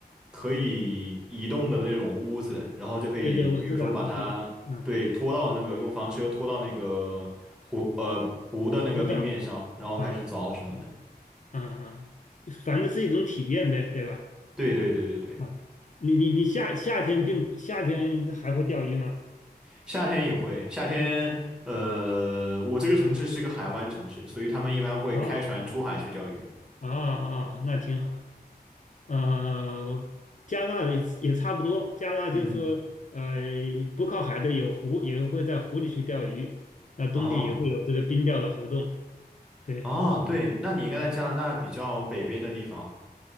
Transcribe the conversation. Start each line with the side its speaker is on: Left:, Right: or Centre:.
Centre: 可以移动的那种屋子，然后就可以，
Left: 对对，我知道，
Centre: 比如说把它对拖到那个用房车拖到那个湖呃湖的那个冰面上，
Left: 我知道，嗯，湖上
Centre: 然后开始凿什么的。
Left: 啊啊啊，就反正是一种体验呗，对吧？
Centre: 对对对对对，
Left: 啊，你你你夏夏天并夏天还会钓鱼吗？
Centre: 夏天也会，夏天呃，我这个城市是个海湾城市，所以他们一般会开船出海去钓鱼。
Left: 哦啊啊，那挺好。呃，加拿大也也差不多，加拿大就是说呃
Centre: 嗯，
Left: 不靠海的有湖，也会在湖里去钓鱼。那冬天也会有这个冰钓的活动。
Centre: 哦
Left: 对，
Centre: 哦，对，那你应该在加拿大比较北边的地方。